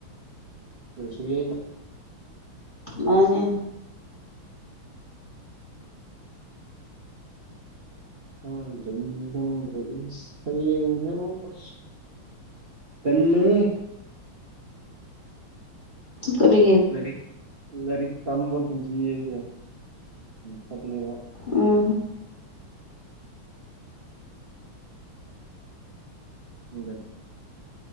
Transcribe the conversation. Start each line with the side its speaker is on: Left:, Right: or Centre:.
Right: ꯀ꯭ꯁꯏ
Left: ꯃꯥꯅꯦ
Right: ꯎꯪꯪꯗ ꯍꯌꯦꯡꯁꯦ ꯑꯃꯨꯛ ꯀ ꯀꯜꯂꯤ
Left: ꯀꯔꯤꯒꯤ
Right: ꯂꯥꯏꯔꯤꯛ ꯂꯥꯏꯔꯤꯛ ꯇꯝꯕ ꯄꯨꯟꯁꯤ ꯑꯁꯦ ꯐꯠꯂꯦꯕ
Left: ꯎꯝ
Right: ꯎꯗ